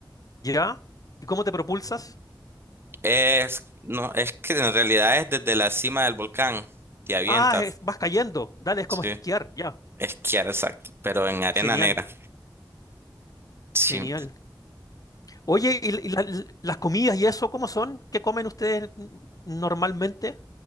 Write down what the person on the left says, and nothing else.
Ya. ¿Y cómo te propulsas?
Ah, es- vas cayendo. Dale, es
como esquiar. Ya.
Genial,
genial. Oye, ¿y, y la- las comidas y eso, cómo son? ¿Qué comen ustedes n- normalmente?